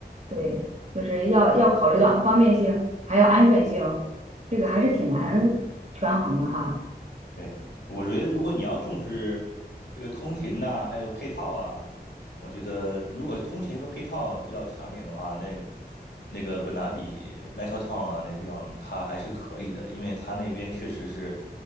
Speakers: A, on the right (about 40°); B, on the left (about 85°).
A: 对，
B: 嗯。
A: 就是要要考虑到方便性，还有安全性，这个还是挺难权衡的哈。
B: 对，我觉得如果你要重视这个通勤呐、还有配套啊，我觉得如果通勤和配套要强点的话，那那个本拿比 Metrotown 啊那地方它还是可以的，因为它那边确实是